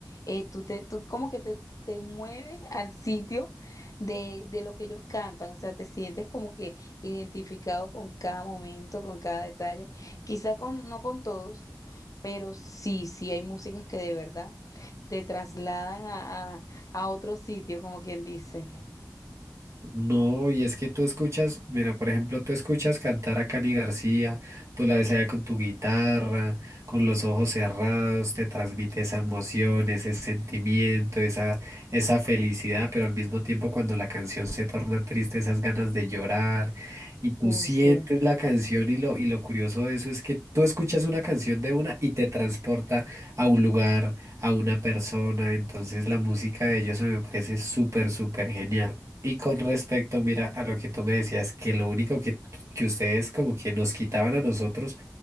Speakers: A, on the left; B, on the right.
A: Eh, tú, te, tú como que te, te mueves al sitio de, de lo que ellos cantan, o sea, te sientes como que identificado con cada momento, con cada detalle, quizá con, no con todos. Pero sí, sí hay músicas que de verdad te trasladan a, a, a otro sitio, como quien dice.
B: No, y es que tú escuchas, mira, por ejemplo, tú escuchas cantar a Cani García, tú la ves allá con tu guitarra, con los ojos cerrados, te transmite esa emoción, ese sentimiento, esa, esa felicidad, pero al mismo tiempo cuando la canción se torna triste, esas ganas de llorar, y tú
A: Oh,
B: sientes
A: sí.
B: la canción y lo, y lo curioso de eso es que tú escuchas una canción de una y te transporta a un lugar, a una persona, entonces la música de ellos me parece súper, súper genial. Y con respecto, mira, a lo que tú me decías, que lo único que, que ustedes como que nos quitaban a nosotros